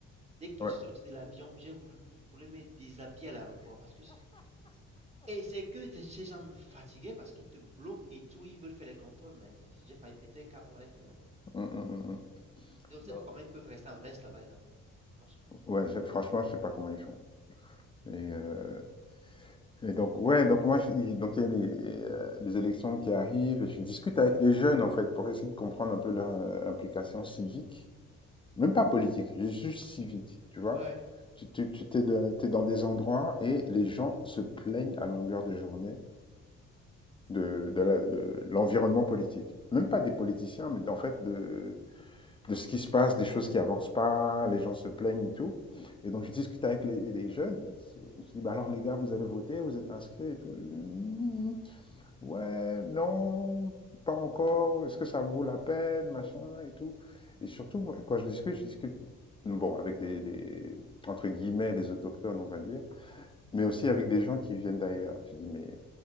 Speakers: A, on the right (about 20°); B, on the left (about 20°).
A: Dès que
B: Ouais.
A: je suis sorti de l'avion, j'ai voulu, je me déshabiller à l'aéroport parce que et c'est que ces gens me fatiguaient parce qu'ils te bloquent et tout, ils veulent faire les contrôles, mais j'ai failli péter un câble là-bas à l'intérieur.
B: Mm, mm, mm, mm.
A: Je ne sais
B: Non.
A: pas comment ils peuvent rester en veste là-bas dedans, franchement.
B: Ouais, je- franchement, je sais pas comment ils font. Et, euh, et donc, ouais, donc moi, je- il- donc il y a les, euh, les élections qui arrivent et je discute avec les jeunes, en fait, pour essayer de comprendre un peu leur euh, implication civique. Même pas politique, juste civique, tu vois.
A: Ouais.
B: Tu, tu, tu t'es, de- t'es dans des endroits et les gens se plaignent à longueur de journée de, de l'environnement politique. Même pas des
A: Mhm.
B: politiciens, mais en fait de, de ce qui se passe, des choses qui avancent pas, les gens se plaignent et tout. Et donc je discute avec les, les jeunes. Je dis, bah alors les gars, vous allez voter, vous êtes inscrits et tout. Hmm, ouais, non, pas encore. Est-ce que ça vaut la peine, machin et tout. Et surtout, moi, quand je discute, je discute bon, avec les, les- entre guillemets, les autochtones, on va dire mais aussi avec des gens qui viennent d'ailleurs. Je dis, mais